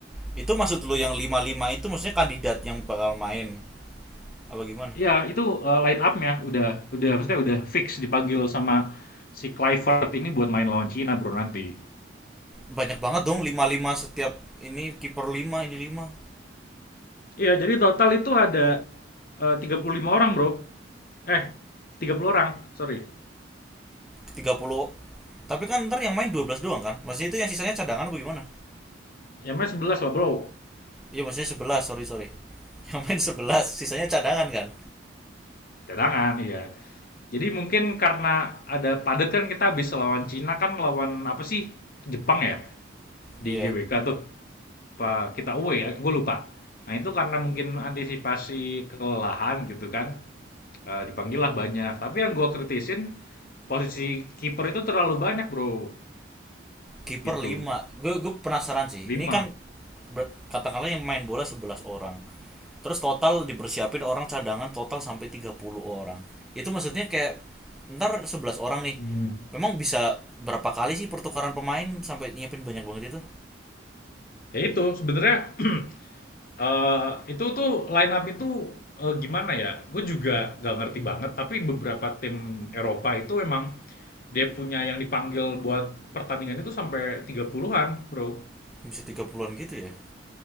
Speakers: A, in the centre; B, on the left.
A: Itu maksud lo yang lima lima itu maksudnya kandidat yang bakal main apa gimana?
B: Iya, itu, eee, line up-nya udah udah maksudnya udah fix dipanggil sama si Kluivert ini buat main lawan Cina, Bro, nanti.
A: Banyak banget dong lima lima setiap ini kiper lima ini 5.
B: Iya, jadi total itu ada, eh, 35 orang, Bro. Eh, 30 orang, sorry.
A: tiga puluh tapi kan ntar yang main 12 doang kan maksudnya itu yang sisanya cadangan apa gimana
B: Ya main 11 lah, Bro.
A: iya maksudnya sebelas sorry sorry <laughs> yang main sebelas sisanya cadangan kan
B: Cadangan, iya. Jadi mungkin karena ada padat kan kita habis lawan Cina kan lawan apa sih, Jepang ya? Di
A: iya
B: GWK tuh. Apa kita away ya? Gue lupa. Nah, itu karena mungkin antisipasi kelelahan gitu kan. Eee, dipanggil lah banyak, tapi yang gua kritisin, posisi kiper itu terlalu banyak Bro,
A: kiper
B: gitu,
A: lima gue gue penasaran sih
B: 5.
A: ini kan katakanlah yang main bola 11 orang terus total dipersiapin orang cadangan total sampai 30 orang itu maksudnya kayak ntar 11 orang nih
B: Mmm.
A: memang bisa berapa kali sih pertukaran pemain sampai nyiapin banyak banget itu
B: Ya itu, sebenarnya, <clears throat> eee, itu tuh line up itu, eee, gimana ya, gue juga gak ngerti banget, tapi beberapa tim Eropa itu emang dia punya yang dipanggil buat pertandingan itu sampai 30-an Bro.
A: bisa 30-an gitu ya